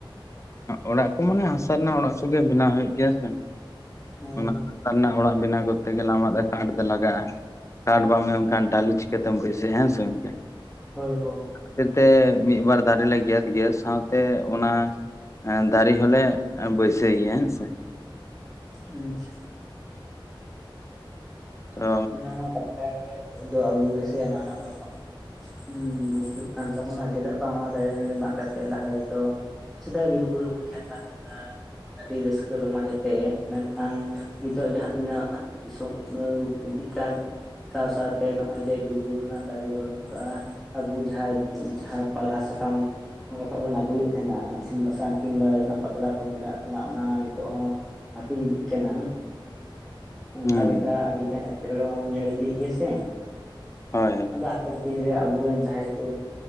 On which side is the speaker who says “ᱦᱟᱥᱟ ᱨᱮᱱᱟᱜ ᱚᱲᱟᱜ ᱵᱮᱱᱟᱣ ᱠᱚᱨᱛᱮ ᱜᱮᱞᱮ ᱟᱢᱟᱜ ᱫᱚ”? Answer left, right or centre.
Left